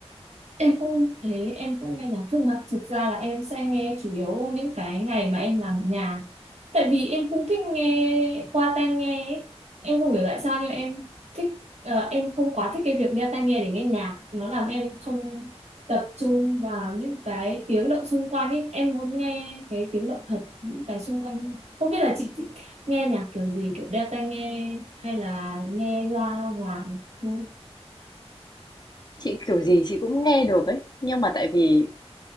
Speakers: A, on the right; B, on the left.
A: Em cũng thế, em cũng nghe nhạc nhưng mà thực ra là em sẽ nghe chủ yếu những cái ngày mà em làm ở nhà. Tại vì em cũng thích nghe qua tai nghe ấy. Em không hiểu tại sao nhưng em thích ờ, em không quá thích cái việc đeo tai nghe để nghe nhạc, nó làm em không tập trung vào những cái tiếng động xung quanh ấy. Em muốn nghe cái tiếng động thật, những cái xung quanh hơn. Không biết là chị thích nghe nhạc kiểu gì, kiểu đeo tai nghe hay là nghe loa ngoài thôi.
B: Chị kiểu gì chị cũng nghe được ấy, nhưng mà tại vì